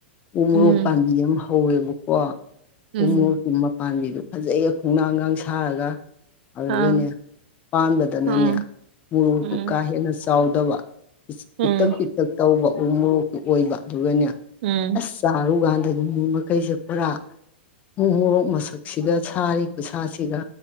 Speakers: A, on the left (about 25°); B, on the right (about 60°).
A: ꯎ ꯃꯣꯔꯣꯛ
B: ꯎꯝ
A: ꯄꯥꯝꯕꯤ ꯑꯃ ꯍꯧꯋꯦꯕꯀꯣ
B: ꯎꯝ
A: ꯍꯣꯡꯣꯛꯀꯤ ꯃꯄꯥꯥꯟꯕꯤꯗꯨ ꯐꯖꯩ ꯈꯣꯡꯅꯥꯡꯒ ꯁꯥꯔꯒ ꯑꯗꯨꯒꯅꯦ
B: ꯑ
A: ꯄꯥꯟꯕꯗꯅꯅꯦ
B: ꯎꯝ
A: ꯃꯣꯔꯣꯛꯇꯨ
B: ꯎꯝ
A: ꯀꯥ ꯍꯦꯟꯅ ꯆꯥꯎꯗꯕ
B: ꯎꯝ
A: ꯄꯤꯛꯇꯛ ꯄꯤꯛꯇꯛ ꯇꯧꯕ ꯎ ꯃꯣꯔꯣꯛꯇꯨ ꯑꯣꯏꯕ ꯑꯗꯨꯒꯅꯦ
B: ꯎꯝ
A: ꯑꯁ ꯆꯥꯔꯨꯀꯥꯟꯗꯗꯤ ꯃꯈꯩꯁꯦ ꯄꯨꯔꯥ ꯃꯣꯔꯣꯛ ꯃꯁꯛꯁꯤꯒ ꯁꯥꯔꯤ ꯈꯨꯠꯁꯥꯁꯤꯒ